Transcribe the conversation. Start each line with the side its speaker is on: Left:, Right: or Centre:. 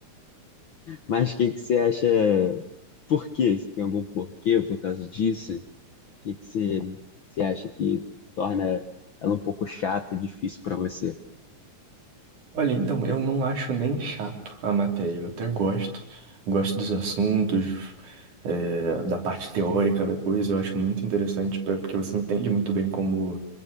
Left: Mas o que que você acha? Por quê? Se tem algum porquê por causa disso? O que que você, você acha que torna ela um pouco chata e difícil para você?
Right: Olha, então, eu não acho nem chato a matéria. Eu até gosto. Gosto dos assuntos, é, da parte teórica da coisa. Eu acho muito interessante pra, porque você entende muito bem como,